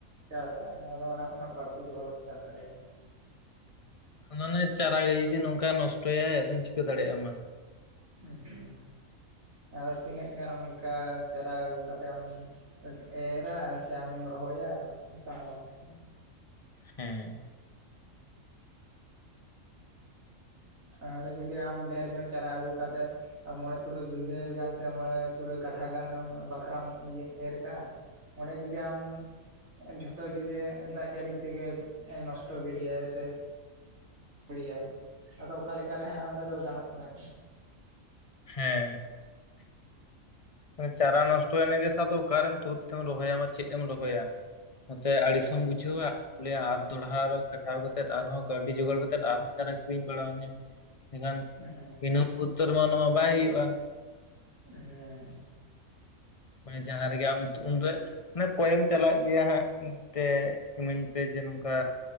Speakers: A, on the right; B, on the left.
A: ᱪᱟᱥᱟ ᱟᱫᱚ ᱚᱱᱟ ᱠᱷᱚᱱᱟᱜ ᱵᱟᱹᱲᱛᱤ ᱫᱚ ᱵᱟᱞᱮ ᱪᱟᱥ ᱫᱟᱲᱮᱭᱟᱜᱼᱟ ᱾
B: ᱢᱟᱱᱮ ᱪᱟᱨᱟ ᱜᱮ ᱡᱩᱫᱤ ᱱᱚᱝᱠᱟ ᱱᱚᱥᱴᱚᱭᱟᱭ ᱟᱫᱚᱢ ᱪᱤᱠᱟᱹ ᱫᱟᱲᱮᱭᱟᱜᱼᱟ ᱢᱟ ᱾
A: ᱩᱸ ᱦᱩᱸ ᱟᱫᱚ ᱛᱤᱱᱟᱹᱜ ᱜᱟᱱ ᱚᱝᱠᱟ ᱪᱟᱨᱟ ᱟᱹᱜᱩ ᱠᱟᱛᱮᱫ ᱟᱢᱮᱢ ᱮᱨᱟ ᱥᱮ ᱟᱢᱮᱢ ᱨᱚᱦᱚᱭᱟ <unintelligible>
B: ᱦᱩᱸ ᱾
A: ᱟᱫᱚ ᱡᱩᱫᱤ ᱟᱢ ᱰᱷᱮᱨ ᱧᱚᱜ ᱪᱟᱨᱟ ᱟᱹᱜᱩ ᱠᱟᱛᱮ ᱢᱚᱬᱮ ᱛᱩᱨᱩᱭ ᱵᱤᱜᱷᱟᱹ ᱜᱟᱱ ᱥᱮ ᱢᱚᱬᱮ ᱛᱩᱨᱩᱭ ᱠᱟᱴᱷᱟ ᱜᱟᱱᱮᱢ ᱵᱟᱠᱷᱨᱟᱢ ᱤᱭᱟᱹ ᱮᱨ ᱠᱟᱜᱼᱟ ᱚᱸᱰᱮ ᱡᱩᱫᱤ ᱟᱢ ᱡᱷᱚᱛᱚ ᱡᱩᱫᱤ ᱫᱟᱜ ᱡᱟᱹᱲᱤ ᱛᱮᱜᱮ ᱱᱚᱥᱴᱚ ᱜᱤᱰᱤᱭᱟᱭ ᱥᱮ <unintelligible> ᱟᱫᱚ ᱚᱠᱟ ᱞᱮᱠᱮ ᱨᱮ ᱦᱟᱸᱜ ᱚᱸᱰᱮ ᱫᱚ ᱜᱟᱱᱚᱜ ᱠᱟᱱᱟ ᱾
B: ᱦᱮᱸ ᱪᱟᱨᱟ ᱱᱚᱥᱴᱚᱭᱱᱟ ᱜᱮ ᱥᱟᱶ ᱫᱚ ᱚᱠᱟᱨᱮᱢ ᱛᱳᱫ ᱛᱮᱢ ᱨᱚᱦᱚᱭᱟ ᱪᱮᱫ ᱮᱢ ᱨᱚᱦᱚᱭᱟ? ᱱᱚᱛᱮ
A: ᱦᱮᱸ
B: ᱟᱹᱲᱤᱥ ᱦᱚᱸᱢ ᱵᱩᱡᱷᱟᱹᱣᱟ ᱾ ᱞᱟᱹᱭᱟ ᱟᱨ ᱫᱚᱲᱦᱟ ᱨᱮ ᱠᱷᱟᱴᱟᱣ ᱠᱟᱛᱮᱫ ᱟᱨᱦᱚᱸ ᱠᱟᱹᱣᱰᱤ ᱡᱚᱜᱟᱲ ᱠᱟᱛᱮᱫ ᱟᱨᱦᱚᱸ ᱪᱟᱨᱟ ᱠᱤᱨᱤᱧ ᱯᱟᱲᱟᱣ ᱟᱹᱧᱟ ᱾ ᱢᱮᱠᱷᱟᱱ
A: <unintelligible>
B: ᱤᱱᱟᱹ ᱯᱩᱛᱚᱨ ᱢᱟ ᱱᱚᱣᱟ ᱵᱟᱭ ᱦᱳᱭᱳᱜᱼᱟ ᱾
A: ᱩᱸ ᱦᱩᱸ
B: ᱢᱟᱱᱮ ᱡᱟᱦᱟᱸ ᱨᱮᱜᱮ ᱟᱢ ᱩᱱ ᱫᱚ ᱢᱟᱱᱮ ᱠᱚᱭᱮᱢ ᱪᱟᱞᱟᱜ ᱜᱮᱭᱟ ᱦᱟᱸᱜ ᱫᱮ ᱤᱢᱟᱹᱧ ᱯᱮ ᱡᱮ ᱱᱚᱝᱠᱟ